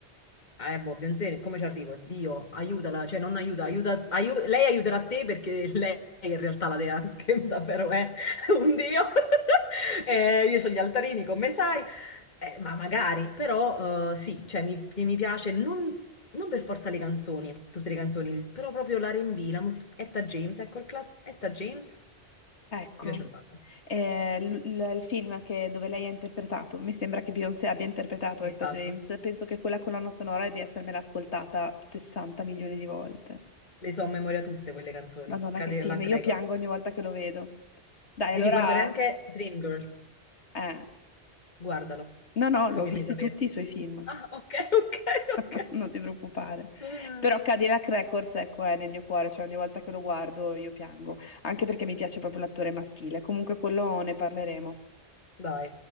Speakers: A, on the left (about 40°); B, on the left (about 80°).
A: Ah, Eh, boh, Beyoncé, come ci arrivo? Dio, aiutala, cioè non aiuta, aiuta, aiu- lei aiuterà te perché lei in realtà la dea, <laughs> che davvero è un dio. <laughs> Eh, io ho gli altarini, come sai, Eh, ma magari, però eh, sì, cioè mi, mi piace non, non per forza le canzoni, tutte le canzoni, però proprio l'R&B, la musica, Etta James, ecco il class, Etta James,
B: Ecco,
A: mi piace un sacco,
B: Eh, l- l- il film che- dove lei ha interpretato, mi sembra che Beyoncé abbia interpretato
A: esatto,
B: Etta James, penso che quella colonna sonora è di essermela ascoltata 60 milioni di volte.
A: le so a memoria tutte quelle canzoni,
B: Madonna
A: Cadillac
B: che film, io
A: Records.
B: piango ogni volta che lo vedo. Dai,
A: Devi
B: allora,
A: guardare anche Dreamgirls.
B: eh,
A: Guardalo,
B: no, no, l'ho
A: poi mi
B: visti
A: fai sapere.
B: tutti i suoi film.
A: Ah, ok, <laughs> ok,
B: <laughs>
A: ok.
B: Non ti preoccupare.
A: Ah,
B: Però Cadillac Records, ecco, è nel mio cuore, cioè ogni volta che lo guardo io piango, anche perché mi piace proprio l'attore maschile. Comunque quello ne parleremo.
A: Dai.